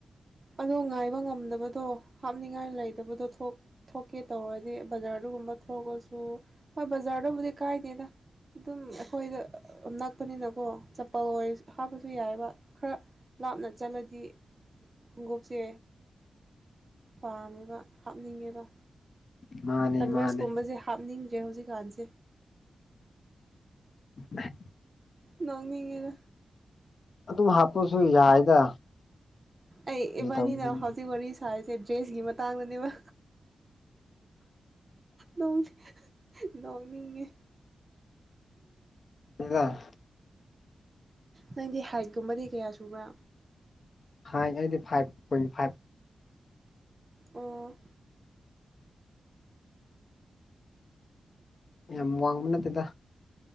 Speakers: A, on the right (about 25°); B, on the left (about 50°).
A: ꯑꯗꯣ ꯉꯥꯏꯕ ꯉꯝꯗꯕꯗꯣ ꯍꯥꯞꯅꯤꯡꯉꯥꯏ ꯂꯩꯇꯕꯗꯣ ꯊꯣꯛ ꯊꯣꯛꯀꯦ ꯇꯧꯔꯗꯤ ꯕꯖꯥꯔꯗꯨꯒꯨꯝꯕ ꯊꯣꯛꯑꯁꯨ ꯍꯣꯏ ꯕꯖꯥꯔꯗꯕꯨꯗꯤ ꯀꯥꯏꯗꯦꯗ ꯑꯗꯨꯝ ꯑꯩꯈꯣꯏꯗ ꯅꯛꯄꯅꯤꯅꯀꯣ ꯆꯄꯜ ꯑꯣꯏ ꯍꯥꯞꯄꯁꯨ ꯌꯥꯏꯕ ꯈꯔ ꯂꯥꯞꯅ ꯆꯠꯂꯗꯤ ꯈꯣꯡꯒꯨꯞꯁꯦ ꯄꯥꯝꯃꯦꯒ ꯍꯥꯞꯅꯤꯡꯉꯦꯕ
B: ꯃꯥꯅꯦ
A: ꯀꯟꯚꯔꯁꯀꯨꯝꯕꯁꯦ
B: ꯃꯥꯅꯦ
A: ꯍꯥꯞꯅꯤꯡꯗ꯭ꯔꯦ ꯍꯧꯖꯤꯛꯀꯥꯟꯁꯦ
B: ꯍ <unintelligible>
A: ꯅꯣꯡꯃꯤꯅ
B: ꯑꯗꯨꯝ ꯍꯥꯞꯄꯁꯨ ꯌꯥꯏꯗ
A: ꯑꯩ ꯏꯕꯥꯟꯅꯤꯅ
B: ꯒꯤ ꯇꯧꯕꯅꯤꯗ
A: ꯍꯧꯖꯤꯛ ꯋꯥꯔꯤ ꯁꯥꯔꯤꯁꯦ ꯗ꯭ꯔꯦꯁꯀꯤ ꯃꯇꯥꯡꯗꯅꯦꯕ ꯅꯣꯡ ꯅꯅꯤꯉ
B: ꯍꯦꯔꯥ
A: ꯅꯪꯗꯤ ꯍꯥꯏꯠꯀꯨꯝꯕꯗꯤ ꯀꯌꯥ ꯁꯨꯕ꯭ꯔꯥ
B: ꯍꯥꯏꯥꯏ ꯑꯩꯗꯤ ꯐꯥꯏꯚ ꯄꯣꯏꯟ ꯐꯥꯏꯚ
A: ꯑꯣ
B: ꯌꯥꯝ ꯋꯥꯡꯕ ꯅꯠꯇꯦꯗ